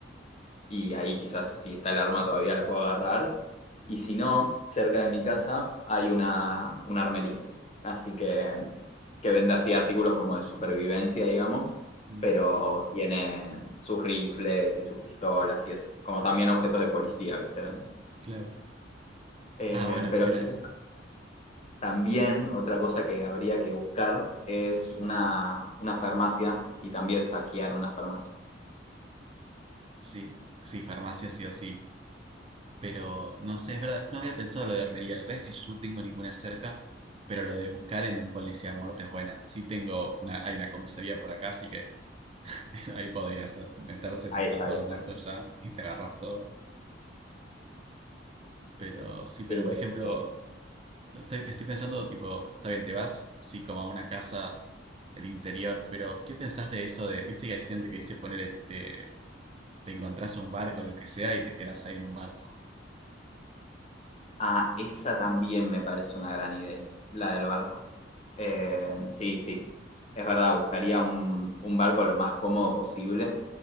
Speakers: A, on the left; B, on the right.
A: y ahí quizás si está el arma todavía lo puedo agarrar. Y si no, cerca de mi casa hay una, una armería. Así que que vende así artículos como de supervivencia, digamos,
B: mm,
A: pero tiene sus rifles y sus pistolas y eso, como también objetos de policía, ¿viste?
B: claro.
A: Eh,
B: Ah, bueno, es
A: pero
B: buena
A: quizás
B: esa.
A: También otra cosa que habría que buscar es una, una farmacia y también saquear una farmacia.
B: Sí, sí, farmacia sí o sí. Pero no sé, es verdad, no había pensado lo de armería. Lo que pasa es que yo no tengo ninguna cerca, pero lo de buscar en un policía muerto es buena. Sí tengo una, hay una comisaría por acá, así que <laughs> ahí podría ser. Meterse
A: Ahí
B: si están
A: está,
B: todos
A: ahí está.
B: muertos ya y te agarras todo. Pero sí,
A: Sí,
B: pero por
A: este,
B: ejemplo, No, Estoy, estoy pensando, tipo, está bien, te vas así como a una casa del interior, pero ¿qué pensás de eso de, viste que hay gente que dice, ponele, te, te encontrás un barco, lo que sea, y te quedás ahí en un barco?
A: ah, esa también me parece una gran idea, la del barco. Eh, sí, sí, es verdad, buscaría un, un barco lo más cómodo posible.